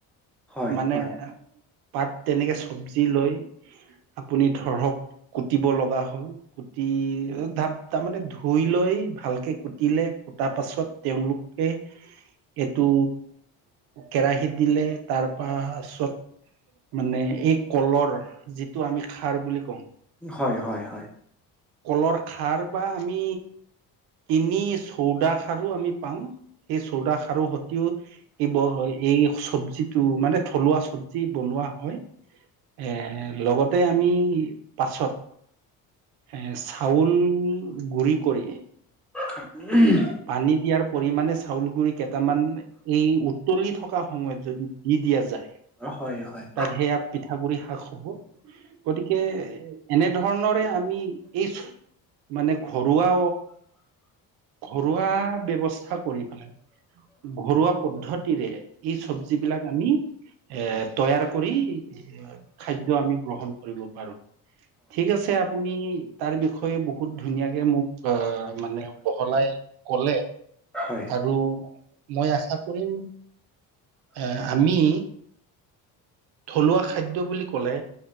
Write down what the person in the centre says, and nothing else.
হয়
হয়
হয়, হয়, হয়।
উম।
হয় হয় হয় হয় হয়
হয়